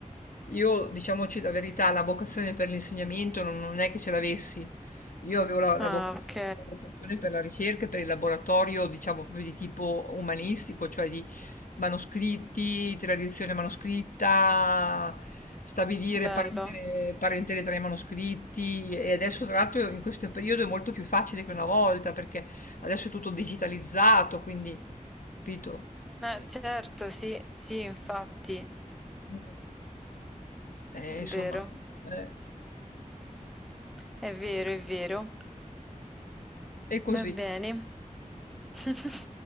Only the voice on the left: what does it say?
Io, diciamoci la verità, la vocazione per l'insegnamento non, non è che ce l'avessi. Io avevo la, la
voca- la
vocazione per la ricerca, e per il laboratorio, diciamo proprio di tipo umanistico, cioè di manoscritti, tradizione manoscritta, stabilire
parentele, parentele tra i manoscritti. E adesso, tra l'altro, in questo periodo è molto più facile che una volta, perché adesso è tutto digitalizzato, quindi, capito?
Eh,
mm. Eh,
insomma,
eh,
è così.